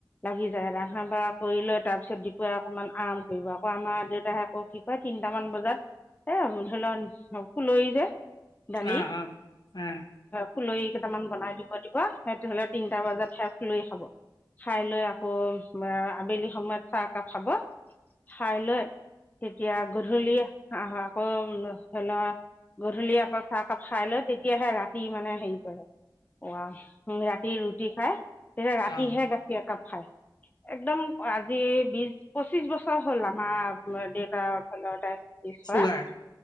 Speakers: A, on the left; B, on the left.
A: লাগি যায় ৰন্ধা বঢ়া কৰি লৈ তাৰপিছত দুপৰীয়া অকমান আৰাম কৰিব, আকৌ আমাৰ দেউতায়ে আকৌ কি কয় তিনটামান বজাত, এ ধৰি ল' খুলৰি যে? দালি
B: অহ, অহ, অহ।
A: ফুলৰি কেইটামান বনাই দিব দিব, সেইটো হলে তিনটা বজাতহে ফুলৰি খাব। খাই লৈ আকৌ আবেলি সময়ত চাহ একাপ খাব। খাই লৈ তেতিয়া গধূলি আহ আকৌ ধৰি ল' গধূলি আকৌ চাহকাপ খাই লয় তেতিয়াহে ৰাতি মানে হেৰি কৰে অ', ৰাতি ৰুটি খাই তেতিয়া ৰাতিহে
B: অ অ
A: খাই একদম আজি এই বিছ পঁচিশ বছৰ হ'ল আমাৰ দেউতাৰ ধলৰ তাই <unintelligible>
B: চুগাৰ